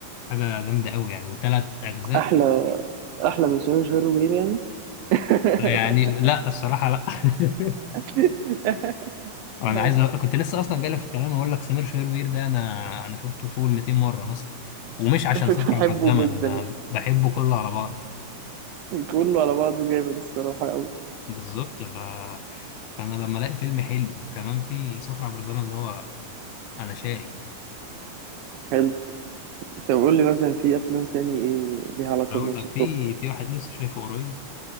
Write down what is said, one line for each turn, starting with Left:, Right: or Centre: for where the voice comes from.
Left: حاجه جامده قوي يعني وثلاث اجزاء
Right: احلى احلى من سيرج هيروين يعني <laughs>
Left: يعني لا الصراحه لا <laughs>
Right: <laughs>
Left: انا
Right: أيوة.
Left: عايز أ... كنت لسه اصلا جاي في الكلام اقول لك سمير شهير ده انا انا شفته فوق ال 200 مره مثلا ومش عشان
Right: بحبه
Left: سفر عبر الزمن
Right: جدا
Left: انا بحبه كله على بعض
Right: يعني كله على بعضه جامد الصراحة أوي
Left: بالظبط ف... فانا لما الاقي فيلم حلو وكمان في سفر عبر الزمن اللي هو انا شاري
Right: حلو طب قول لي مثلا في افلام تاني ايه ليها علاقه
Left: اقول
Right: بنفس
Left: لك
Right: التوبيك
Left: في
Right: ده
Left: في واحد لسه شايفه قريب